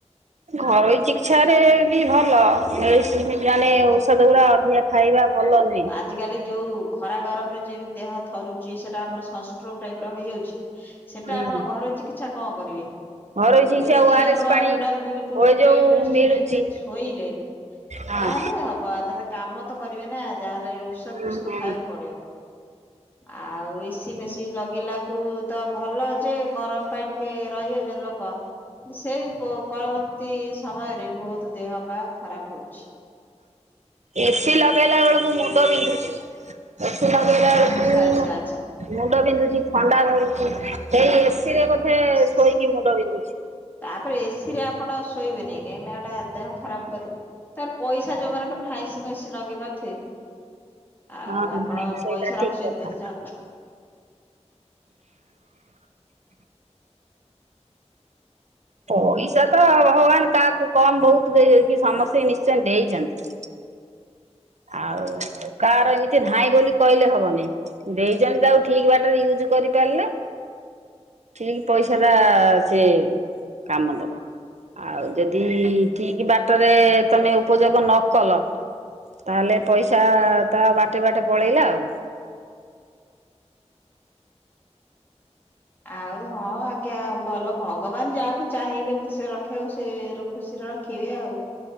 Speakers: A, on the right (about 75°); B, on the left (about 15°).
A: ଘରୋଇ ଚିକିତ୍ସା ରେ ବି ଭଲ। ମେଡିସିନ ମାନେ ଔଷଧ ଗୁଡା ଅଧିକା ଖାଇବା ଭଲ ନୁହେଁ।
B: ଆଜି କାଲି ଯୋଉ ଖରା ଗରମ ରେ ଯେମିତି ଦେହ ଥରୁଚି ସେଟା ଆମର ସଂଷ୍ଟ୍ରୋକ ଟାଇପ ର ହେଇଯାଉଚି ସେଟା
A: ହୁଁ
B: ଆପଣ ଘରୋଇ ଚିକିତ୍ସା କଣ କରିବେ?
A: ଘରୋଇ
B: କରିବେ
A: ଚିକିତ୍ସା
B: ଯଦି
A: ଓ ଆର
B: ଆପଣ
A: ଏସ୍ ପାଣି
B: ଟୋଟାଲ ବିଲକୁଲ
A: ଓ ଏ ଯୋଉ
B: ବେଡ ରେଷ୍ଟ
A: ମିଳୁଛି
B: ନେଇକି ଯଦି ଶୋଇଲେ
A: ହଁ।
B: ତାହେଲେ ହବ। ଆ ତ ଏ କାମ ତ କରିବେ ନା ଯାହାହେଲେ ଔଷଧ
A: ହୁଁ
B: ଫୋଷଧ
A: ହୁଁ
B: ଖାଇବାକୁ ପଡିବ। ଆଉ ଏସିି ଫେସି ଲଗେଇଲା କୁ ତ ଭଲ ଯେ ଗରମ ପାଇଁ ଟିକେ ରହି ଯାଉଚନ୍ତି ଲୋକ। ସେ ପ ପରବର୍ତ୍ତୀ ସମୟରେ ବହୁତ ଦେହ ପା ଖରାପ ହଉଚି।
A: ଏ ସି ଲଗେଇଲା ବେଳକୁ ମୁଣ୍ଡ ବିନ୍ଧୁଚି, ଏ ସି ଲଗେଇଲା
B: ଆଚ୍ଛା
A: ବେଳକୁ
B: ଆଚ୍ଛା ଆଚ୍ଛା
A: ମୁଣ୍ଡ ବିନ୍ଧୁଚି ଥଣ୍ଡା ଧରୁଚି ସେଇ ଏ ସି ରେ
B: ହଁ।
A: ବୋଧେ ଶୋଇକି ମୁଣ୍ଡ ବିନ୍ଧୁଚି।
B: ତାପରେ ଏ ସିି ରେ ଆପଣ ଶୋଇବେନି କାହିଁକିନା ଏଟା ଦେହ ଖରାପ କରିବ। ତାର ପଇସା ଯୋଉମାନଙ୍କର ନାହିଁ ସେ କ ଏ ସି ଲଗେଇ ପାରୁଥିବେ? ଆଉ
A: ହଁ
B: ଆପଣ
A: ହଁ ସେଇଟା
B: ପଇସା
A: ଠିକ
B: ରଖିଚନ୍ତି
A: କଥା।
B: ବୋଧେ ଜଣାପ
A: ପଇସା ତ ଭଗବାନ କାହାକୁ କମ ବହୁତ ଦେଇକି ସମସ୍ତେ ନିଶ୍ଚୟ ଦେଇଚନ୍ତି। ଆଉ କାହାର ଏମିତି ନାଇଁ ବୋଲି କହିଲେ ହବନେଇଁ। ଦେଇଚନ୍ତି ତାକୁ ଠିକ ବାଟରେ ୟୁଜ କରିପାରିଲେ ଠିକ ପଇସା ଟା ସେ କାମ ଦବ। ଆଉ ଯଦି ଠିକ ବାଟରେ ତମେ ଉପଯୋଗ ନ କଲ ତାହେଲେ ପଇସା ତା ବାଟେ ବାଟେ ପଳେଇଲା ଆଉ।
B: ଆଉ ହଁ ଆ ଜ୍ଞା ଭଲ ଭଗବାନ ଯାହାକୁ ଚାହିଁବେ ଖୁସି ରଖିବାକୁ ସେ ର ଖୁସିରେ ରଖିବେ ଆଉ।